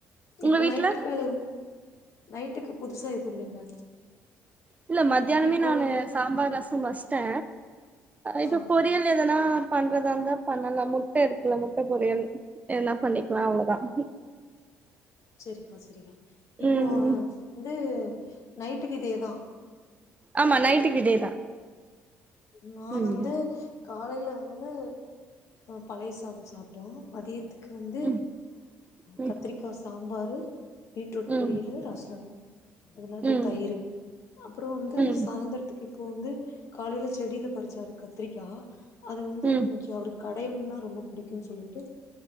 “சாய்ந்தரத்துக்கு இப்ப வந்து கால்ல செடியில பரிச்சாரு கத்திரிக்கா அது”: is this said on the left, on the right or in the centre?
Left